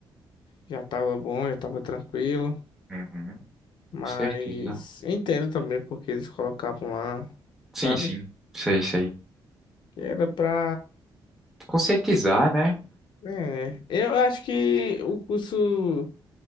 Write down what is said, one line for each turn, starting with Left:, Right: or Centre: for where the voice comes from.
Left: já tava bom, já tava tranquilo.
Centre: Uhum,
Left: Mas
Centre: com certeza.
Left: entendo também porque eles colocavam lá,
Centre: Sim,
Left: sabe?
Centre: sim, sei, sei.
Left: Que era pra.
Centre: Conscientizar, né?
Left: É, eu acho que o curso